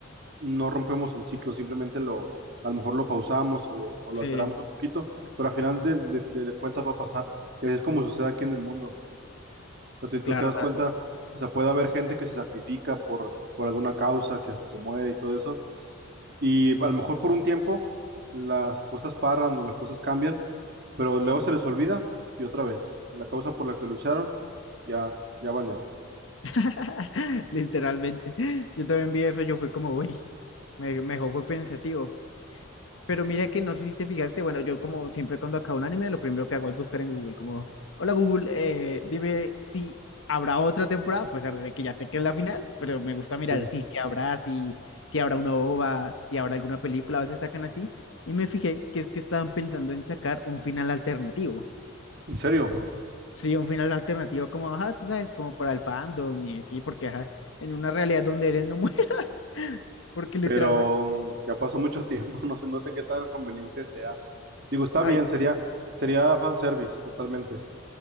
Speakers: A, on the right; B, on the left.
A: no rompemos el ciclo, simplemente lo, a lo mejor lo pausamos o lo, o lo
B: sí,
A: alteramos un poquito, pero al final del- de, de, cuentas va a pasar. Y así es como sucede aquí en el mundo. O sea, tú, tú
B: claro,
A: te das
B: la-
A: cuenta, o sea, puede haber gente que se sacrifica por, por alguna causa, que hasta se muere y todo eso. Y a lo mejor por un tiempo las cosas paran o las cosas cambian, pero luego se les olvida y otra vez, la causa por la que lucharon ya, ya valió.
B: <laughs> literalmente. Yo también vi eso, yo fui como, uy, me, me dejó, fue pensativo. Pero mira que no sé si te fijaste, bueno, yo como siempre cuando acabo un anime, lo primero que hago es buscar en Google, como, hola Google, eh, dime si habrá otra temporada, pues, a pesar de que ya sé que es la final, pero me gusta mirar
A: Sí.
B: si que habrá, si, si habrá una OVA, si habrá alguna película, a veces sacan así, y me fijé que es que estaban pensando en sacar un final alternativo.
A: En serio,
B: Sí, un final alternativo como, ajá, tú sabes, como para el fandom, y sí, porque ajá, en una realidad donde él no muere, <laughs> porque literalmente,
A: Pero mm, ya pasó mucho tiempo, <laughs> no sé, no sé qué tan conveniente sea. Digo, está
B: ay,
A: bien, sería, sería fanservice totalmente.